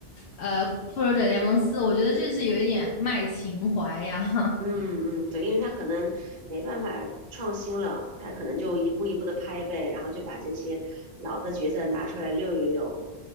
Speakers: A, on the left; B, on the right.
A: 呃《复仇者联盟四》，我觉得这是有一点卖情怀呀，<laughs>
B: 嗯嗯，对，因为他可能没办法创新了，他可能就一步一步的拍呗，然后就把这些老的角色拿出来溜一溜，